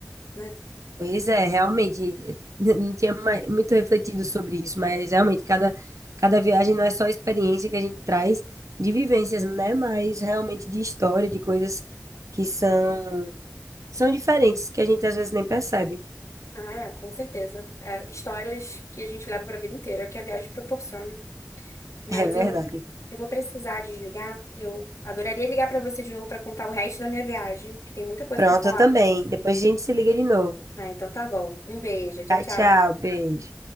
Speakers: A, on the left; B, on the right.
A: Né?
B: Pois é, realmente, <laughs> não tinha mai- muito refletido sobre isso, mas realmente, cada, cada viagem não é só experiência que a gente traz de vivências, né? Mas realmente de história, de coisas que são, são diferentes, que a gente às vezes nem percebe.
A: Ah, é, com certeza. É, histórias que a gente leva para a vida inteira, é o que a viagem proporciona. Mas
B: É
A: eu,
B: verdade.
A: eu vou precisar desligar. Eu adoraria ligar para você de novo para contar o resto da minha viagem, que tem muita coisa
B: Pronto,
A: para falar.
B: eu também. Depois a gente se liga de novo.
A: Ah, então tá bom. Um beijo. Tchau,
B: Tchau,
A: tchau.
B: tchau, beijo.